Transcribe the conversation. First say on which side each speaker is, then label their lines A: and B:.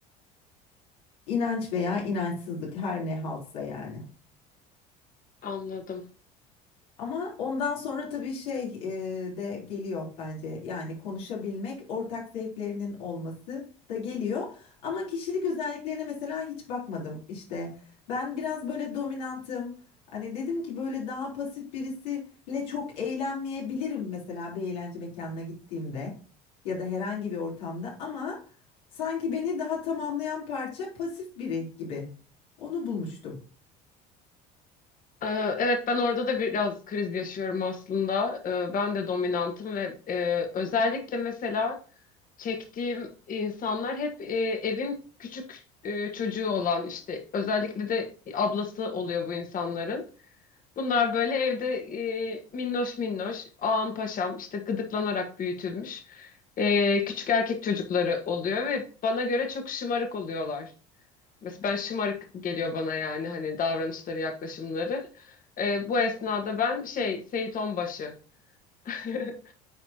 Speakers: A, on the left; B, on the left.
A: İnanç veya inançsızlık her ne halsa yani.
B: anladım.
A: Ama ondan sonra tabii şey e, de geliyor bence. Yani konuşabilmek, ortak zevklerinin olması da geliyor. Ama kişilik özelliklerine mesela hiç bakmadım işte. Ben biraz böyle dominantım. Hani dedim ki böyle daha pasif birisiyle çok eğlenmeyebilirim mesela bir eğlence mekanına gittiğimde ya da herhangi bir ortamda ama sanki beni daha tamamlayan parça pasif biri gibi. Onu bulmuştum.
B: Ee, Evet ben orada da biraz kriz yaşıyorum aslında. Ee, Ben de dominantım ve e, özellikle mesela çektiğim insanlar hep e, evin küçük e, çocuğu olan işte özellikle de ablası oluyor bu insanların. Bunlar böyle evde e, minnoş minnoş ağam paşam işte gıdıklanarak büyütülmüş e, küçük erkek çocukları oluyor ve bana göre çok şımarık oluyorlar. Mesela ben şımarık geliyor bana yani hani davranışları, yaklaşımları. Ee, bu esnada
A: Evet.
B: ben şey Seyit Onbaşı. <laughs>